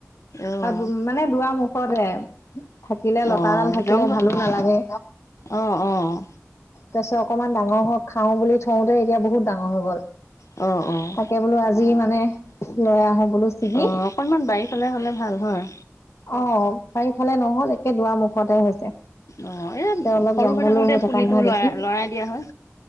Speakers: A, on the left; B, on the left.
A: অ'
B: আৰু মানে দুৱাৰ মুখতে থাকিলে লতাডাল
A: অ'
B: থাকিলে
A: জংঘল
B: ভালো নালাগে।
A: অ', অ'।
B: তাৰপিছত অকমান ডাঙৰ হওঁক খাওঁ বুলি থওঁতে এতিয়া বহুত ডাঙৰ হৈ গ'ল
A: অ' অ'
B: তাকে বোলো আজি যি মানে ল'ৰা আহে চিগি,
A: অ' অকনমান বাৰীফালে হ'লে ভাল হয়।
B: অ', পাৰিফালে <unintelligible> নহ'ল দুৱাৰ মুখতে হৈছে
A: অ' এই
B: তে অলপ
A: সৰু
B: জংঘলো
A: থাকোতে
B: হৈ থকা
A: পুলিটো
B: নহয়
A: লৰাই
B: দেখি
A: লৰাই দিয়া হয়।